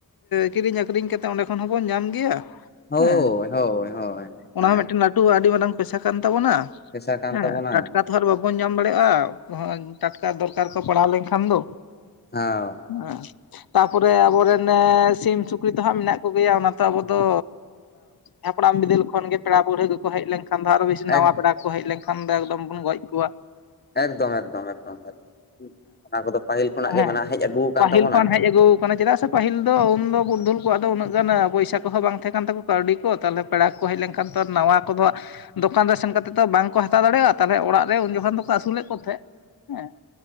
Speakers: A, on the left (about 75°); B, on the left (about 25°).
A: ᱠᱤᱨᱤᱧ ᱟᱹᱠᱷᱨᱤᱧ ᱠᱟᱛᱮᱜ ᱚᱸᱰᱮ ᱠᱷᱚᱱ ᱦᱚᱸᱵᱚᱱ ᱧᱟᱢ ᱜᱮᱭᱟ
B: ᱦᱳᱭ
A: ᱦᱮᱸ
B: ᱦᱳᱭ ᱦᱳᱭ
A: ᱚᱱᱟ
B: ᱦᱳᱭ
A: ᱦᱚᱸ ᱢᱤᱫᱴᱮᱱ ᱞᱟᱹᱴᱩ ᱟᱹᱰᱤ ᱢᱟᱨᱟᱝ ᱯᱮᱥᱟ ᱠᱟᱱ ᱛᱟᱵᱚᱱᱟ
B: ᱯᱮᱥᱟ ᱠᱟᱱ
A: ᱮ
B: ᱛᱟᱵᱚᱱᱟ
A: ᱴᱟᱴᱠᱟ ᱛᱚ ᱟᱨ ᱵᱟᱵᱚ ᱵᱟᱵᱚᱱ ᱧᱟᱢ ᱫᱟᱲᱮᱭᱟᱜᱼᱟ ᱴᱟᱴᱠᱟ ᱫᱚᱨᱠᱟᱨ ᱠᱚ ᱯᱟᱲᱟᱣ ᱞᱮᱱᱠᱷᱟᱱ ᱫᱚ
B: ᱦᱮᱸ
A: <unintelligible> ᱛᱟ ᱯᱚᱨᱮ ᱟᱵᱚᱨᱮᱱ ᱥᱤᱢ ᱥᱩᱠᱨᱤ ᱛᱚ ᱦᱟᱸᱜ ᱢᱮᱱᱟᱜ ᱠᱚ ᱜᱮᱭᱟ ᱚᱱᱟ ᱛᱚ ᱟᱵᱚ ᱫᱚ ᱦᱟᱯᱲᱟᱢ ᱵᱤᱫᱟᱹᱞ ᱠᱷᱚᱱ ᱜᱮ ᱯᱮᱲᱟ ᱯᱟᱹᱲᱦᱟᱹ ᱠᱚ ᱠᱚ ᱦᱮᱡ ᱞᱮᱱᱠᱷᱟᱱ ᱫᱚ ᱟᱨ ᱦᱚᱸ
B: ᱮᱠ
A: ᱱᱟᱣᱟ ᱯᱮᱲᱟ ᱠᱚ ᱦᱮᱡ ᱞᱮᱠᱷᱟᱱ ᱫᱚ ᱮᱠᱫᱚᱢ ᱵᱚᱱ ᱜᱚᱡ ᱠᱚᱣᱟ᱾
B: ᱮᱠᱫᱚᱢ ᱮᱠᱫᱚᱢ ᱮᱠᱫᱚᱢ᱾ ᱚᱱᱟ ᱠᱚᱫᱚ ᱯᱟᱹᱦᱤᱞ ᱠᱷᱚᱱᱟᱜ
A: ᱦᱮᱸ
B: ᱜᱮ ᱢᱮᱱᱟ ᱦᱮᱡ ᱟᱹᱜᱩ ᱟᱠᱟᱱ
A: ᱯᱟᱹᱦᱤᱞ
B: ᱛᱟᱵᱚᱱᱟ᱾
A: ᱠᱷᱚᱱ ᱦᱮᱡ ᱟᱹᱜᱩ ᱠᱟᱱᱟ ᱪᱮᱫᱟᱜ ᱥᱮ ᱯᱟᱹᱦᱤᱞ ᱫᱚ ᱩᱱᱫᱚ ᱯᱩᱨᱫᱷᱩᱞ ᱠᱚᱣᱟᱜ ᱫᱚ ᱩᱱᱟᱹᱜ ᱜᱟᱱ ᱯᱚᱭᱥᱟ ᱠᱚᱦᱚᱸ ᱵᱟᱝ ᱛᱟᱦᱮᱸ ᱠᱟᱱ ᱛᱟᱠᱚ ᱠᱟᱹᱣᱰᱤ ᱠᱚ ᱛᱟᱦᱚᱞᱮ ᱯᱮᱲᱟ ᱠᱚ ᱦᱮᱡ ᱞᱮᱱᱠᱷᱟᱱ ᱛᱚ ᱱᱟᱣᱟ ᱠᱚᱫᱚ ᱫᱚᱠᱟᱱ ᱨᱮ ᱥᱮᱱ ᱠᱟᱛᱮ ᱵᱟᱝ ᱠᱚ ᱦᱟᱛᱟᱣ ᱫᱟᱲᱮᱭᱟᱜᱼᱟ᱾ ᱛᱟᱦᱚᱞᱮ ᱚᱲᱟᱜ ᱨᱮ ᱩᱱ ᱡᱚᱠᱷᱚᱱ ᱫᱚᱠᱚ ᱟᱹᱥᱩᱞᱮᱫ ᱠᱚ ᱛᱟᱦᱮᱸᱫ ᱦᱮᱸ